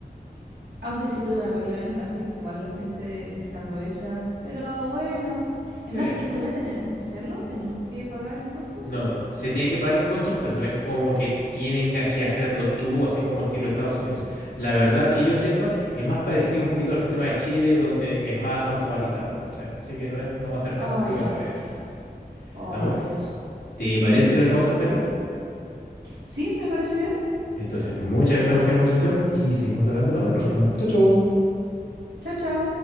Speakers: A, on the right; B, on the left.
A: Aunque sí tuve una pequeña ventaja que igual la gente se aprovecha, pero bueno. Es
B: Sí.
A: más, en Corea tenemos que hacerlo, tenemos que pagar impuestos.
B: No, no, se tiene que pagar impuestos, pero no es como que tengas que hacerlo tú, así como estilo Estados Unidos. La verdad que yo sepa, es más parecido un poquito al sistema de Chile, donde es más automatizado, ¿cachai? Así que no es, no va a ser tan
A: Oh,
B: complicado
A: ya,
B: en Corea.
A: genial. Oh,
B: Amor,
A: maravilloso.
B: ¿te parece
A: Ujú.
B: si lo dejamos hasta acá?
A: Sí, me parece bien.
B: Entonces, muchas gracias por esta conversación y seguimos hablando para la próxima. Chau, chau.
A: Chao, chao.